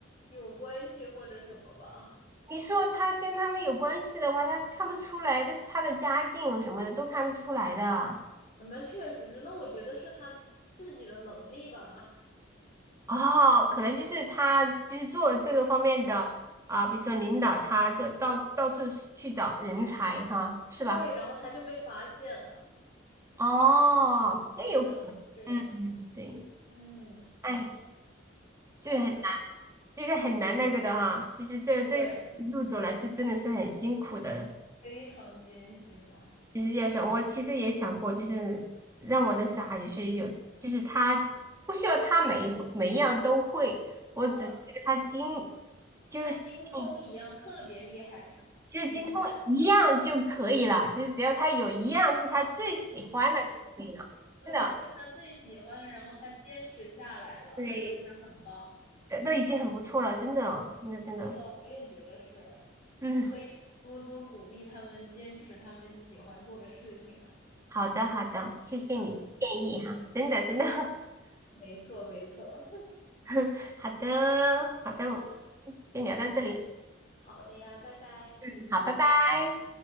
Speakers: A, on the left (about 40°); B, on the right (about 15°).
A: 有关系或者什么吧。
B: 你说他跟他们有关系的话，他看不出来，但是他的家境什么的都看不出来的。
A: 那确实是，那我觉得是他自己的能力吧。
B: 哦，可能就是他就是做这个方面的啊，比如说领导他就到到处去找人才哈，是吧？
A: 对，然后他就被发现了，
B: 哦，那有，
A: 有可能是这样。
B: 嗯，对，
A: 嗯，
B: 哎，就是很
A: 太强，
B: 就是很难那个的哈，就是这这一路走来，
A: 对，
B: 这真的是很辛苦的。
A: 非常艰辛嘛。
B: 其实要想，我其实也想过，就是让我的小孩就是有，就是他不需要他每一回每一样都会，我只是他精，
A: 嗯，
B: 就是嗯
A: 他精通一样特别厉害，是吧？
B: 就是精通一样就可以了，
A: 明白。
B: 就是只要他有一样是他最喜欢的就可以了，
A: 对，
B: 真的，
A: 是他最喜欢的，然后他坚持下来了，
B: 对，
A: 那就是很棒。
B: 都都已经很不错了，真的，真的，真的，
A: 是的，我也觉得是，
B: 嗯，
A: 可以多多鼓励他们坚持他们喜欢做的事情啊。
B: 好的，好的，谢谢你的建议哈，
A: 嗯，
B: 真的，真的，
A: 没错，没错。<laughs>
B: <laughs> 好的，好的，
A: 好的，
B: 我们先聊到这里，
A: 好的呀，拜拜。
B: 嗯，好，拜拜。